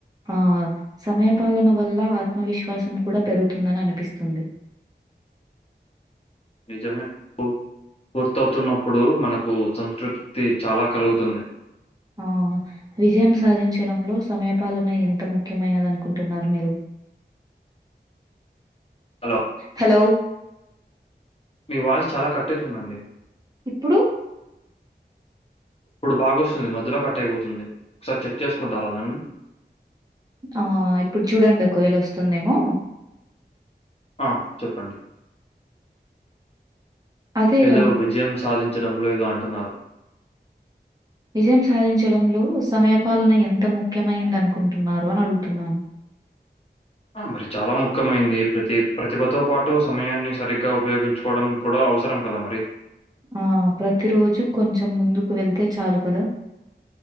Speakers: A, on the right (about 20°); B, on the left (about 35°).
A: ఆ సమయ పాలన వల్ల ఆత్మవిశ్వాసం కూడా పెరుగుతుందని అనిపిస్తుంది
B: నిజమే పూర్తవుతున్నప్పుడు మనకు సంస్కృతి చాలా కలుగుతుంది
A: ఆ విజయం సాధించడంలో సమయ పాలన ఎంత ముఖ్యమైనది అనుకుంటున్నారు మీరు
B: హలో!
A: హలో
B: మీ వాయిస్ చాల కట్ అయితుందండి
A: ఇప్పుడు
B: ఇప్పుడు బాగాస్తుంది మధ్యలో కట్ అయిపోతుంది ఒకసారి చెక్ చేసుకుంటార దాన్ని
A: ఆ ఇప్పుడు చూడండి ఒకవేళ వస్తుందేమో
B: ఆ చెప్పండి
A: అదే
B: ఏదో
A: అన్
B: విజయం సాధించడంలో ఏదో అంటున్నారు
A: విజయం సాధించడంలో సమయ పాలన ఎంత ముఖ్యమైంది అనుకుంటున్నారు అని అడుగుతున్నాను
B: ఆ మరి చాల ముఖ్యమైంది ప్రతి ప్రతిభతో పాటు సమయాన్ని సరిగ్గా ఉపయోగించు కోవడం కూడ అవసరం కదా మరి
A: ఆ ప్రతి రోజు కొంచెం ముందుకు వెళ్తే చాలు కదా